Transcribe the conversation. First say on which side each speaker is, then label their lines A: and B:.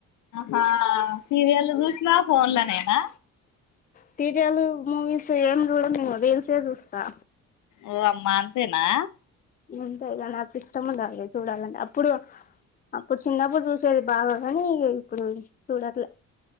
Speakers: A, on the left (about 75°); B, on the left (about 30°).
A: హా సీరియల్ చూసినా ఫోన్లనేేనా
B: సీరియల్ మూవీస్ ఏం చూడను రీల్సే చూస్తా
A: ఓ అమ్మా అంతేనా
B: ఉంతాయిగా నాకు ఇష్టండాలి చూడాలంటే అప్పుడు అప్పుడు చిన్నప్పుడు చూసేది బాగా కానీ ఇప్పుడు చూడట్లే